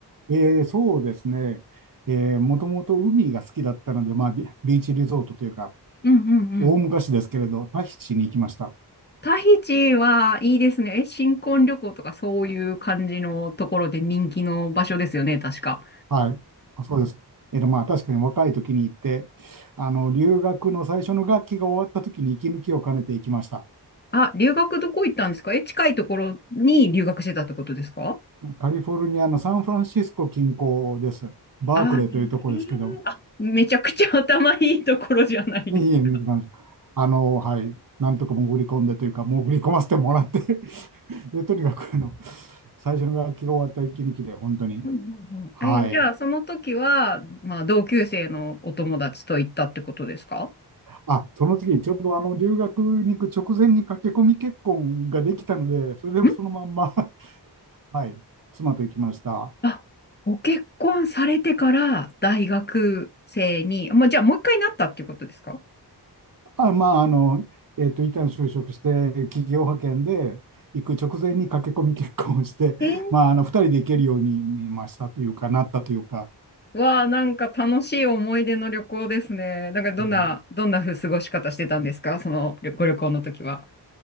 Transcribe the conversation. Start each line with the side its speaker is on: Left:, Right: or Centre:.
Right: えーそうですね、えーもともと海が好きだったので、まあ、ビビーチリゾートというか、
Left: うんうんうん。
Right: 大昔ですけれど、タヒチに行きました。
Left: タヒチはいいですね。え、新婚旅行とかそういう感じのところで人気の場所ですよね、確か。
Right: はい、まあそうです。えーと、まあ、確かに若い時に行って、あの留学の最初の学期が終わった時に息抜きを兼ねて行きました。
Left: あ、留学どこ行ったんですかえ、近いところに留学してたってことですか
Right: カリフォルニアのサンフランシスコ近郊です。バークレーというところですけど、
Left: あ、へえめちゃくちゃ頭いいところじゃないです
Right: いえいえ見てましたあの、はい、なんとか潜り込んでというか、潜り込ませてもらって <laughs> で、とにかくあの、最初の学期が終わった息抜きで、本当に、
Left: うんうんうんえ、
Right: はい。
Left: じゃあ、その時は、まあ、同級生のお友達と行ったってことですか
Right: あ、その時、ちょうどあの、留学に行く直前に駆け込み結婚ができたので、それでそのまんま
Left: ん
Right: <laughs> はい、妻と行きました。
Left: あ、ご結婚されてから大学生に、まあ、じゃあ、もう一回なったっていうことですか
Right: あ、まあ、あの、えっと、一旦就職して、企業派遣で行く直前に駆け込み結婚をして、
Left: えー
Right: まあ、あの、二人で行けるようになりましたというか、なったというか、
Left: わあ、なんか楽しい思い出の旅行ですね。なんか、どんな、
Right: うん
Left: どんなふう過ごし方してたんですかその旅ご旅行の時は。